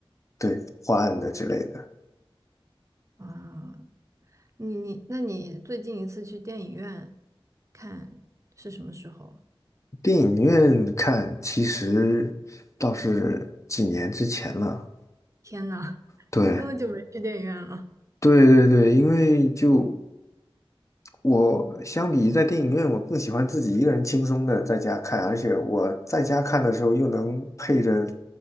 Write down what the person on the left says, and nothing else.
对，破案的之类的。
电影院看其实倒是几年之前了，
对。
对对对，因为就我相比在电影院，我更喜欢自己一个人轻松的在家看，而且我在家看的时候又能配着